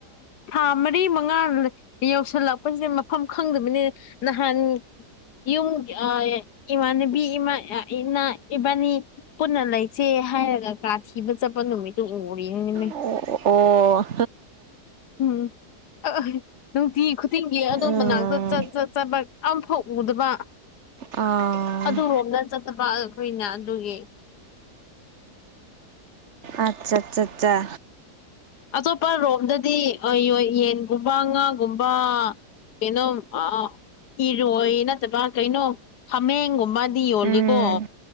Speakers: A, on the left; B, on the right.
A: ꯊꯥ ꯃꯔꯤ ꯃꯉꯥ ꯌꯧꯁꯤꯜꯂꯛꯄꯁꯤꯗ ꯃꯐꯝ ꯈꯪꯗꯕꯅꯤ ꯅꯍꯥꯟ ꯌꯨꯝ ꯏꯃꯥꯟꯅꯕꯤꯃ ꯏ ꯏꯕꯥꯅꯤ ꯄꯨꯟꯅ ꯂꯩꯁꯦ ꯍꯥꯏꯔꯒ ꯀꯥꯊꯤꯕ ꯆꯠꯄ ꯅꯨꯃꯤꯠꯇꯨ ꯎꯔꯤꯅꯤꯅꯤ
B: ꯑꯣ ꯑꯣ
A: ꯎꯝ ꯑ ꯅꯨꯡꯇꯤ ꯈꯨꯗꯤꯡꯒꯤ ꯑꯗꯣꯝ
B: ꯎꯝ
A: ꯃꯅꯥꯛꯇ ꯆꯠ ꯆꯠ ꯆꯠꯄ ꯌꯥꯝꯐꯥꯎ ꯎꯗꯕ
B: ꯑꯥ
A: ꯑꯗꯨꯔꯣꯝꯗ ꯆꯠꯇꯕ ꯑꯩꯈꯣꯏꯅ ꯑꯗꯨꯒꯤ
B: ꯑꯆꯥ ꯑꯆꯥ ꯑ
A: ꯑꯇꯣꯞꯄ ꯔꯣꯝꯗꯗꯤ ꯌꯦꯟꯒꯨꯝꯕ ꯉꯥꯒꯨꯝꯕ ꯀꯅꯣ ꯑ ꯏꯔꯣꯏ ꯅꯠꯇ꯭ꯔ ꯀꯩꯅꯣ ꯍꯥꯃꯦꯡꯒꯨꯝꯕꯗꯤ ꯌꯣꯜꯂꯤꯀꯣ
B: ꯎꯝ